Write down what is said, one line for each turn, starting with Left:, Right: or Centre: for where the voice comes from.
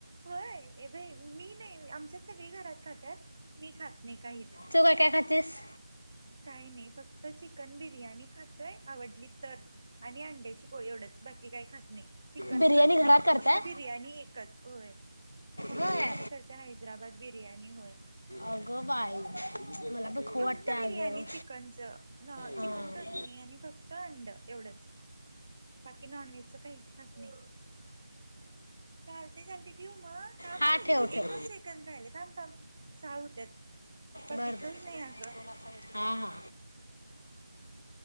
Right: होय, ए बाई मी नाही आमच्यात सगळी घरात खात्यात मी खात नाही काहीच.
Left: तू काय काय खातेस
Right: काय नाही, फक्त चिकन बिर्याणी खातोय आवडली तर आणि अंड्याची पोळी एवढंच बाक की काय खात नाही चिकन
Left: बिर्याणी
Right: खात नाही,
Left: घरात करताय
Right: फक्त बिर्याणी एकच होय पम्मी
Left: होय
Right: लई भारी करतिया हैदराबाद बिर्यानी होय.
Left: अगं बाई मला पण खाऊ
Right: फक्त
Left: वाटते अगं
Right: बिर्याणी चिकनचं नो
Left: हां
Right: चिकन खात नाही आणि फक्त अंड एवढंच, बाकी नॉनव्हेजचं काहीच खात नाही चालतयं चालतयं ठेवू मग थांब
Left: हा ठेव
Right: एकच
Left: ठेव
Right: सेकंद राहिलयं थांब थांब सहा होत्यात बघितलोच
Left: बरं बरं हा
Right: नाही अगं
Left: हा.